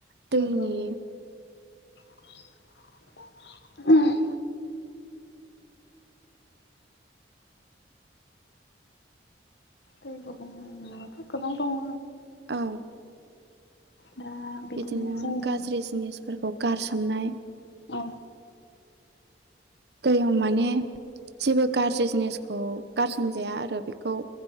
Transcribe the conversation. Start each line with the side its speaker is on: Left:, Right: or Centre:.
Right: दैनि
Left: नंगौ। <inaudible> दै गुबुनायाथ' गोबां दङो
Right: औ।
Left: दा
Right: बिदिनो
Left: जोंनि
Right: गाज्रि जिनिसफोरखौ गारसोमनाय
Left: औ।
Right: दैयाव माने जेबो गाज्रि जिनिसखौ गारसोमजाया आरो बेखौ